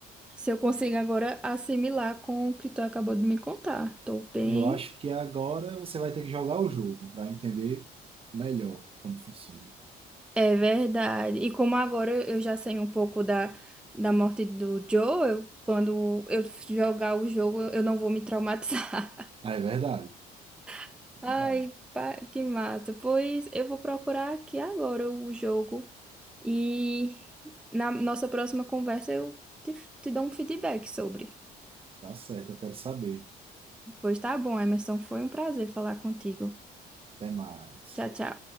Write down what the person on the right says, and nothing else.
Eu acho que agora você vai ter que jogar o jogo para entender melhor como funciona.
Ah, é verdade,
é
verdade.
Tá certo, eu quero saber.
Até mais.